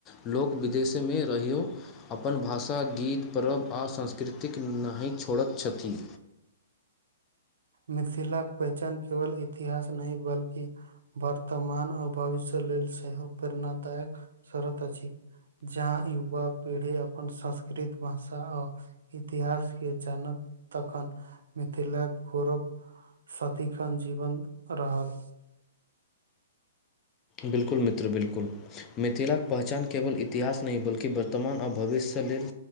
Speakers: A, on the left; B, on the right.
A: लोक विदेशमे रहिौ अपन भाषा गीत परब आओ संस्कृतिक नहि छोड़त छथी
B: मिथिलाक पहचान केवल इतिहास नहि बल्कि वर्तमान आ भविष्य लेल छेहो प्रेरणादायक सर्द अछि जाहा यूबा पीढ़ी अपन संस्कृत भाषा आ इतिहास के जानत तखन मिथिलाक गौरव साथीखन जीवन रहल
A: बिल्कुल मित्र बिलकुल मिथिलाक पहचान केवल इतिहास नहि बल्की वर्तमान आ भविष्य सलिल